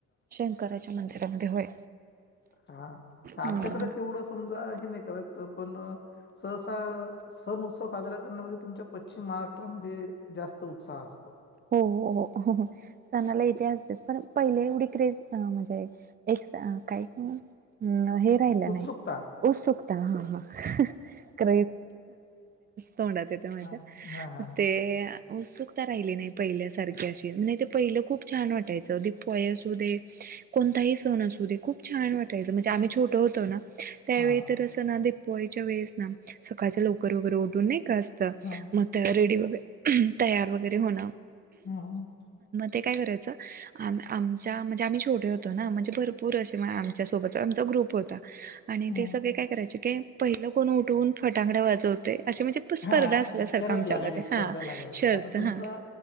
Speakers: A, on the right; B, on the left.
A: शंकराच्या मंदिरात ते होय.
B: अ हा तर आमच्याकडे
A: हम्म
B: तेवढं समजाय. मित्र त पण ससा सनु सा व साजरा करण्यामध्ये तुमच्या पश्चिम महाराष्ट्रामध्ये जास्त उत्साह असतो.
A: हो हो हो हो सणाला इथे असते पण पहिले एवढी क्रेज म्हणजे. काही का्. हे राहिलं
B: उत्सुकता
A: नाही उत्सुकता ह ह क. तोंडात येत माझ्या
B: हा हा हा
A: ते उत्सुकता राहिली नाही. पहिल्या सारख अ म्ह पहिलं खूप छान वाटायच अग पय असू दे कोणताही सण अस. त खू छान वाटायच म्हणजे आम्ही छोट होतो ना. त्यावेळी
B: हा
A: तर असं ना ते पवायच्या वेळेस ना सकाळच्या लवकर वगैरे ओढून नाही का असत.
B: हा
A: मग त्या रेडी वग तयार वगैरे होण.
B: हम.
A: ते काय करायचं आमच्या म्हणजे आम्ही छोटे होतो ना म्हणजे भरपूर असे आमच्या सोबत आम. ग्रुप होता आणि
B: हा
A: ते सगळे काय करायचे क पहिलं कोण उठवून फटांगडा वाजवते. अशी म्हणजे स्पर्धा
B: हा
A: असल्यासारखं
B: शरद
A: आमच्यामध्ये
B: लागायची स्पर्धा
A: हा
B: लागायची
A: शर्त
B: आता तुमचा
A: हा.